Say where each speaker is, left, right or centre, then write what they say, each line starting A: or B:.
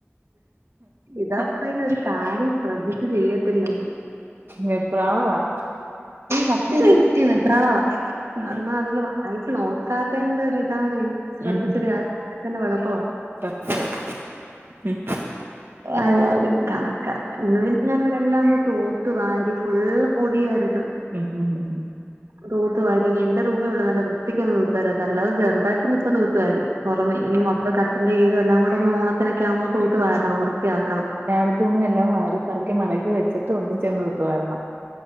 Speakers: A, on the right; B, on the right.
A: ഇതാ പറയുന്നേ ഒരു കാര്യം ശ്രദ്ധിക്കു ചെയ്യത്തില്ലന്
B: വെപ്രാളവാ
A: സത്യ സത്യ വെപ്രാളം
B: ഉം
A: ആ എന്നാ അതൊന്നന്ന് വായിച്ചു നോക്കാത്തന്റെ ഒരു ഇതാണ് ശ്രദ്ധിച്ചരു
B: ഉം
A: കാര്യ ത്തിന്റെ കുഴപ്പം ആ
B: സത്യം ഉം
A: ആഹാ അതും കണക്കാ ഞാന ഇവിടെ എല്ലാം തൂത്തു വാരി വാരി ഫുള്ള് പൊടിയായിരുന്നു
B: മ് മ് മ് മ്
A: തൂത്തുവാരിനി ഇനി എന്റെറെ റൂമേ ഉള്ളൂ നല്ല വൃത്തിക്കൊന്ന് തൂത്തുവാരത്ത അല്ലതെ ചെറുതായിട്ട്ന്ന ഇപ്പപ്പോ തൂത്തുാരി പുറമേ ഇനി മൊത്തം കട്ടിലിന്റെ കിഴേ എല്ലാം കൂടെ ഒന്ന് ഓണത്തിനൊക്കെ ആകുമ്പോൾ തൂത്തു വരണം വൃത്തിയാക്കണം
B: ആഹ എല്ലാടത്തുന്നും എല്ലാം വാരി പറക്കി മടക്കി വെച്ചട്ട് ഒന്നിച്ചാങ് തൂത്തു വരണം